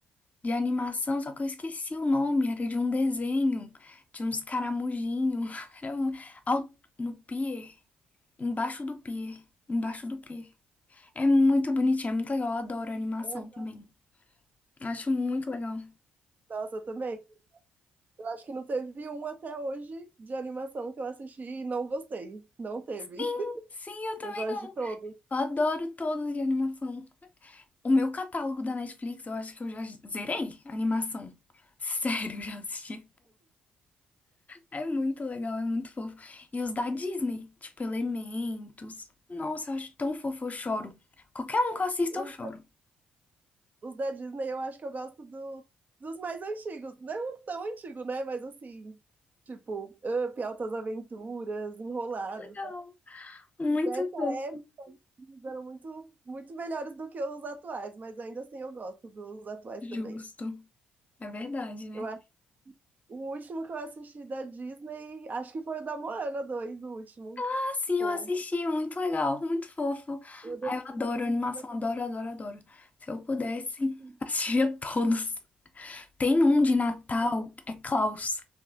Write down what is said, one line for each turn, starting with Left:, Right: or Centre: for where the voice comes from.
Left: de animação, só que eu esqueci o nome, era de um desenho, de uns caramujinhos, <laughs> era um, ao- no pier, embaixo do pier, embaixo do pier. É muito bonitinho, é muito legal, eu adoro animação
Right: quer.
Left: também. Acho muito legal.
Right: Nossa, eu também. Eu acho que não teve um até hoje de animação que eu assisti e não gostei. Não teve.
Left: Sim,
Right: <laughs>
Left: sim, eu também
Right: Eu gosto
Left: não.
Right: de todos.
Left: Eu adoro todos de animação. O meu catálogo da Netflix, eu acho que eu já zerei a animação. Sério, eu já assisti É muito legal, é muito fofo. E os da Disney, tipo Elementos. Nossa, eu acho tão fofo, eu choro. Qualquer um que eu assista,
Right: Os
Left: eu choro.
Right: os da Disney eu acho que eu gosto do, dos mais antigos. Não tão antigo, né? Mas assim, tipo, Up, Altas Aventuras, Enrolado.
Left: Que Legal. Muito
Right: Dessa
Left: fofo.
Right: época eles eram muito, muito melhores do que os atuais, mas ainda assim eu gosto dos atuais
Left: Justo.
Right: também.
Left: É verdade, né?
Right: Eu acho o último que eu assisti da Disney, acho que foi o da Moana 2 o último.
Left: Ah, sim,
Right: Pô,
Left: eu assisti, muito legal, muito fofo.
Right: eu devo
Left: Ah, eu adoro animação,
Right: dizer
Left: adoro, adoro, adoro. Se eu pudesse,
Right: que
Left: <laughs> assistia todos. Tem um de Natal, é Klaus,